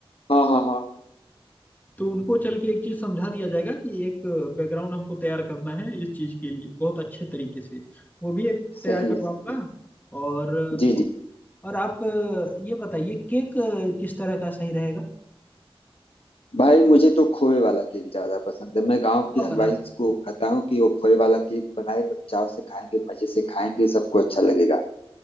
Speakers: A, on the left (about 70°); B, on the left (about 20°).
A: हाँ हाँ हाँ
B: तो उनको चल के एक चीज समझा दिया जाएगा कि एक बैकग्राउंड हमको तैयार करना है इस चीज के लिए बहुत अच्छे तरीके से वो भी एक तैयार
A: सही
B: करवाऊंगा
A: है सही है
B: और
A: जी जी
B: और आप अ, ये बताइए केक अ, किस तरह का सही रहेगा
A: भाई मुझे तो खोए वाला केक ज्यादा पसंद है मैं गांव
B: हलवा
A: के हलवाई
B: वाला
A: को कहता हूँ कि वो खोए वाला केक बनाए एकदम चाव से खाएंगे मजे से खाएंगे सबको अच्छा लगेगा